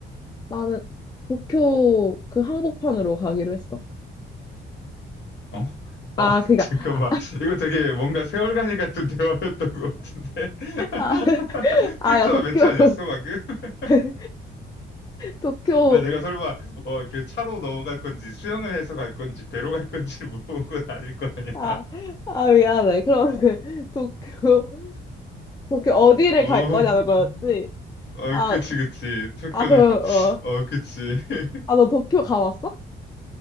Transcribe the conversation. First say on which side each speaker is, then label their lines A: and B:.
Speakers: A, on the left; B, on the left.
A: 나는 도쿄 그 한복판으로 가기로 했어.
B: 어?
A: 아,
B: 어, <laughs>
A: 그니까,
B: 잠깐만.
A: 아,
B: 이거 되게 뭔가 세월간이 같은 대화였던 것 같은데. <laughs>
A: 아, <laughs> 아,
B: 페트와
A: 야, 도쿄,
B: 매트 아니었어, 방금? <laughs>
A: <laughs> 도, 도쿄,
B: 아니, 내가 설마, 어, 그 차로 넘어갈 건지, 수영을 해서 갈 건지, 배로 갈 건지를 물어본 건 아닐 거 아니야.
A: 아, 아, 미안해. 그럼 그, 도쿄, 도쿄 어디를
B: 어,
A: 갈 거냐는
B: 음.
A: 거였지?
B: 아,
A: 아,
B: 그치, 그치. 도쿄는,
A: 아, 그럼,
B: <laughs>
A: 어,
B: 어, 그치. <laughs>
A: 아, 너 도쿄 가봤어?